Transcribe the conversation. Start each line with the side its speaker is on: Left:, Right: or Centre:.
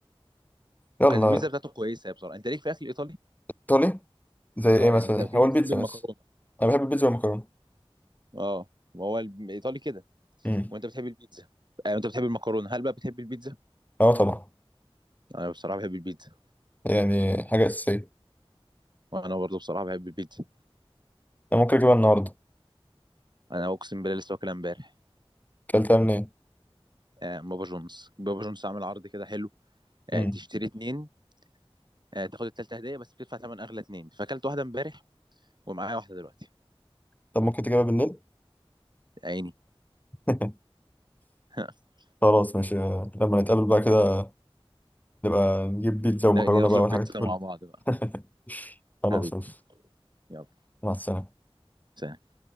Right: وكان
Left: يلا
Right: البيتزا بتاعته كويسه بصراحه انت ليك في اكل ايطالي
Left: ايطالي زي
Right: اه
Left: ايه مثلا
Right: يعني انت كده
Left: هو
Right: بتحب
Left: البيتزا
Right: المكرونه
Left: بس انا بحب البيتزا والمكرونه
Right: اه ما هو الايطالي كده
Left: امم
Right: وانت بتحب البيتزا آه، انت بتحب المكرونه هل بقى بتحب البيتزا
Left: اه طبعا
Right: انا بصراحه بحب البيتزا
Left: يعني حاجه اساسيه
Right: وانا برضو بصراحه بحب البيتزا
Left: انا ممكن اجيبها النهارده
Right: انا اقسم بالله لسه واكلها امبارح
Left: اكلتها منين
Right: آه، بابا جونز بابا جونز عامل عرض كده حلو آه،
Left: امم
Right: تشتري اتنين آه، تاخد التالتة هدية بس بتدفع تمن أغلى اتنين فأكلت واحدة امبارح ومعايا واحدة دلوقتي
Left: طب ممكن تجيبها بالليل
Right: عيني
Left: <laughs>
Right: <laughs>
Left: خلاص ماشي لما نتقابل بقى كده نبقى نجيب بيتزا ومكرونه
Right: نطلب
Left: بقى والحاجات
Right: بيتزا
Left: دي كلها
Right: مع بعض بقى
Left: <laughs> خلاص
Right: حبيبي
Left: ماشي.
Right: يلا
Left: مع السلامه
Right: سلام